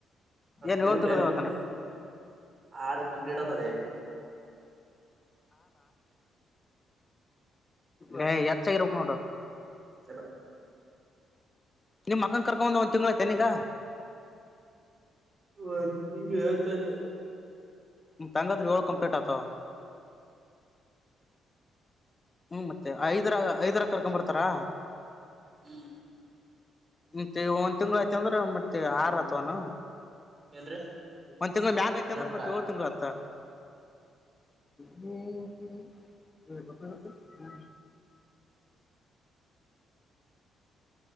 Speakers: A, on the right; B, on the left.
A: <unintelligible>
B: ಏನ್ ಏಳ್ ತಿಂಗದ ಅವತಾನ
A: ಆರು ಕಂಪ್ಲಿಟ್ ಆತರಿ
B: ಹೇ ಹೆಚ್ಚ ಆಗಿರಬೇಕ ನೋಡು
A: ಅಲ್ಲ <inaudible>
B: ನಿಮ್ಮಕ್ಕನ್ ಕರ್ಕೊಂಡಂಬಂದ ಒಂದು ತಿಂಗಳ ಆಯಿತೆನಿಗ
A: ಒ ತಿಂಗೆ ಹವತ್ಾಯ್ತ
B: ಮ್ಮ್ <inaudible> ತಂಗಾದ್ರಿ ಹೋಗಕ್ ಕಂಪರ್ಟ್ ಆಗ್ತವ ಹ್ಮ್ ಮತ್ತೆ ಐದರ ಐದರ ಕರ್ಕೊ ಬರ್ತಾರಾ
A: ಹ್ಮ್ <inaudible>
B: ಮತ್ತೆ ಒಂದ್ ತಿಂಗಳ ಆಯತ ಅಂದ್ರ ಮತ್ತೆ ಆರ್ ಆತ್ವನು
A: ಏನ್ರೀ
B: ಮತ್ತತ್ ತಿಂಗ ಮ್ಯಾಗ ಐತಿ
A: ಜೀರಾ
B: ಅಂದ್ರೆ
A: ಸೋಡಾ
B: ಮತ್ತತ್ ಏಳ್ ತಿಂಗ ಆತ್ತ ಹ್ಮ ಹ್ಮ ಹ್ಮ ಹ್ಮ